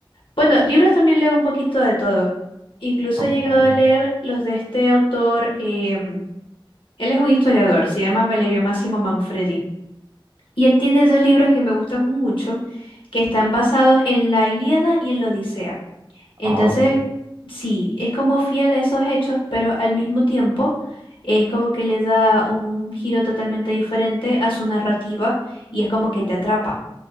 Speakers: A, on the left (about 70°); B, on the right (about 45°).
A: Bueno, libros también leo un poquito de todo. Incluso
B: o-
A: he llegado
B: ok.
A: a leer los de este autor, em, él es un historiador, se llama Valerio Máximo Manfredi. Y él tiene dos libros que me gustan mucho, que están basados en la Ilíada y en la Odisea. Entonces,
B: Ah, ok.
A: sí, es como fiel a esos hechos, pero al mismo tiempo es como que le da un giro totalmente diferente a su narrativa y es como que te atrapa,